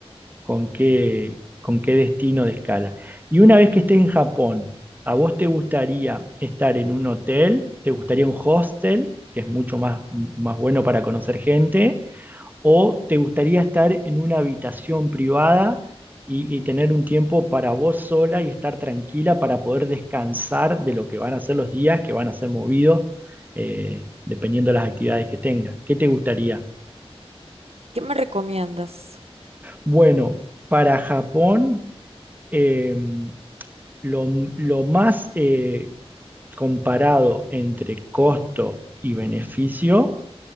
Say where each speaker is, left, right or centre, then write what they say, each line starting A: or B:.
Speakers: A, on the right; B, on the right.
A: con qué, con qué destino de escala. Y una vez que estés en Japón, ¿a vos te gustaría estar en un hotel? ¿Te gustaría un hostel, que es mucho más, más bueno para conocer gente? o te gustaría estar en una habitación privada y, y tener un tiempo para vos sola y estar tranquila para poder descansar de lo que van a ser los días que van a ser movidos eh, dependiendo de las actividades que tengas. ¿Qué te gustaría?
B: ¿Qué me recomiendas?
A: Bueno, para Japón, eh, lo, lo más eh, comparado entre costo y beneficio,